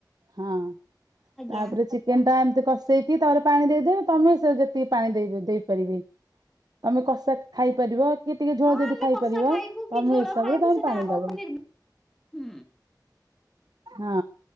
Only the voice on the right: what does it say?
ହଁ।
ତାପରେ ଚିକେନ ଟା ଏମିତି କଷେଇକି ତାପରେ ପାଣି ଦେଇଦେବେ। ତମେ ସେ ଯେତିକି ପାଣି ଦେଇ ଦେଇପାରିବି ତମେ କଷା ଖାଇପାରିବ। କିଏ ଟିକେ ଝୋଳ
ଯଦି
ଖାଇ
ପାରିବ
ତମ
ହିସାବରେ
ତମେ
ପାଣି
ଦବ।
ହଁ